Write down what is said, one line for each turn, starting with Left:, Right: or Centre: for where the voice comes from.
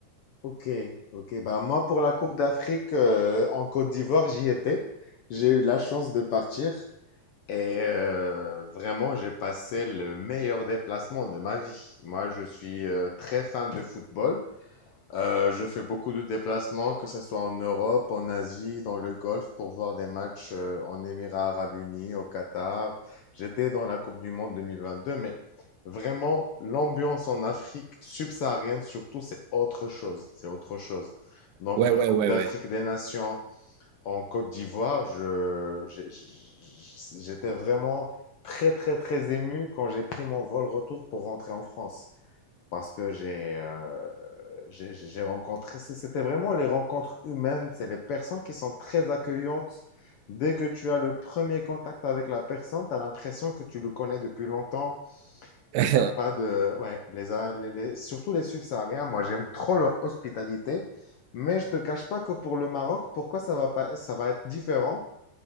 Left: Ok, Ok, Ben moi pour la Coupe d'Afrique euh, en Côte d'Ivoire, j'y étais. J'ai eu la chance de partir. Et euh, vraiment, j'ai passé le meilleur déplacement de ma vie. Moi, je suis euh, très fan de football. Euh, je fais beaucoup de déplacements, que ce soit en Europe, en Asie, dans le Golfe, pour voir des matchs euh, en Émirats arabes unis, au Qatar. J'étais dans la Coupe du Monde 2022, mais vraiment, l'ambiance en Afrique subsaharienne, surtout, c'est autre chose. C'est autre chose. Donc,
Right: Ouais,
Left: la
Right: ouais,
Left: Coupe
Right: ouais,
Left: d'Afrique
Right: ouais.
Left: des Nations, en Côte d'Ivoire, je, j'ai- j'ai- j'étais vraiment très, très, très ému quand j'ai pris mon vol retour pour rentrer en France. Parce que j'ai euh, j'ai j'ai- j'ai rencontré, c'est- c'était vraiment les rencontres humaines, c'est les personnes qui sont très accueillantes. Dès que tu as le premier contact avec la personne, tu as l'impression que tu le connais depuis longtemps.
Right: <laughs>
Left: Et il n'y a pas de... Ouais, les, A- les- les- surtout les subsahariens, moi j'aime trop leur hospitalité, mais je te cache pas que pour le Maroc, pourquoi ça va pas, ça va être différent,